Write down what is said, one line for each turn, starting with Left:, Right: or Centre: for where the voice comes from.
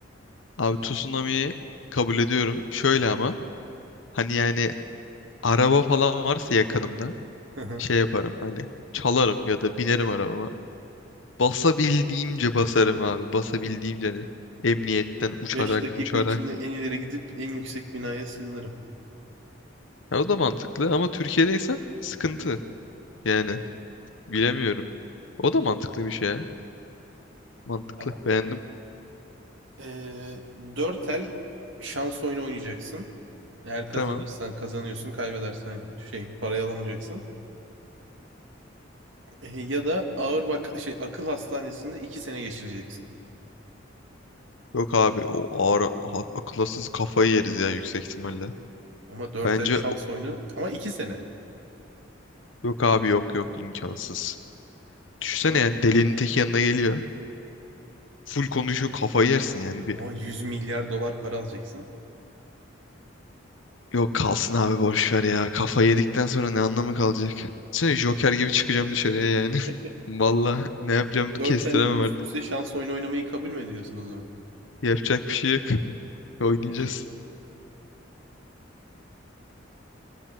Left: Abi Tsunami'yi kabul ediyorum. Şöyle ama hani yani araba falan varsa yakınımda
Right: <laughs>
Left: şey yaparım hani çalarım ya da binerim arabama. Basabildiğimce basarım abi. Basabildiğimce hani emniyetten uçarak
Right: Beş dakika
Left: uçarak.
Right: içinde en ileri gidip en yüksek binaya sığınırım.
Left: Ya o da mantıklı ama Türkiye'deysen sıkıntı. Yani bilemiyorum. O da mantıklı bir şey ya. Mantıklı.
Right: Tamam.
Left: Beğendim.
Right: Ee, 4 el şans oyunu oynayacaksın. Eğer kazanırsan
Left: Tamam.
Right: kazanıyorsun, kaybedersen şey parayı alamayacaksın. E, Ya da ağır vaka şey akıl hastanesinde iki sene geçireceksin.
Left: Yok abi o ağır ha- akılasız kafayı yeriz ya yüksek ihtimalle.
Right: Ama dört
Left: Bence
Right: ay şans oyunu ama iki sene.
Left: yok abi yok yok imkansız. Düşünsene
Right: Ama
Left: yani delinin teki yanına geliyor. Full konuşuyor kafayı yersin yani bir.
Right: ama 100 milyar dolar para alacaksın.
Left: Yok kalsın abi boş ver ya. Kafa yedikten sonra ne anlamı kalacak? Sen Joker gibi çıkacağım dışarıya yani.
Right: <laughs>
Left: <laughs> Valla ne yapacağım kestiremem
Right: Dört el üst
Left: artık.
Right: üste şans oyunu oynamayı kabul mü ediyorsun o zaman?
Left: Yapacak bir şey yok. Oynayacağız.
Right: Peki.